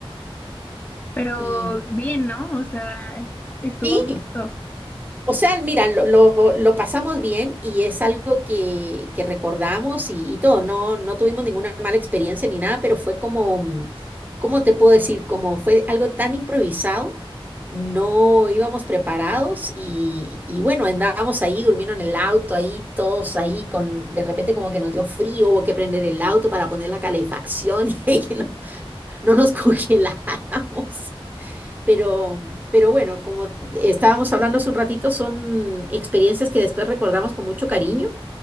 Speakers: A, on the left (about 20°); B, on the right (about 20°).
A: Pero
B: y
A: bien, ¿no? O sea, estuvo
B: sí,
A: a gusto.
B: O sea, mira, lo, lo- lo pasamos bien y es algo que, que recordamos y, y todo. No, no tuvimos ninguna mala experiencia ni nada, pero fue como, mm, ¿cómo te puedo decir? Como fue algo tan improvisado, no íbamos preparados y, y bueno, andábamos ahí, durmiendo en el auto, ahí todos ahí, con de repente como que nos dio frío, hubo que prender el auto para poner la calefacción <laughs> y que no, no nos <laughs> congeláramos. Pero, pero bueno, como estábamos hablando hace un ratito, son experiencias que después recordamos con mucho cariño